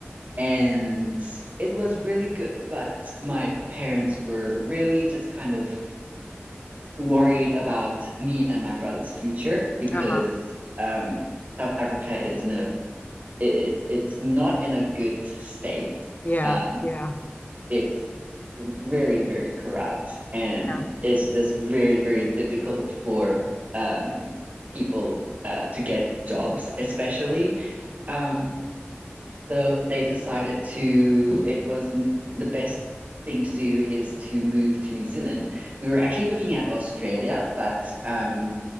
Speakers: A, on the right; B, on the left.
A: and it was really good, but my parents were really just kind of worried about me and my brother's future because
B: Uh-huh.
A: um, South Africa is in a it's it's not in a good state.
B: Yeah,
A: Um,
B: yeah,
A: it's very, very corrupt and
B: yeah.
A: it's just very, very difficult for um, people uh, to get jobs, especially. Um, So they decided to, it was the best thing to do is to move to New Zealand. We were actually looking at Australia, but um,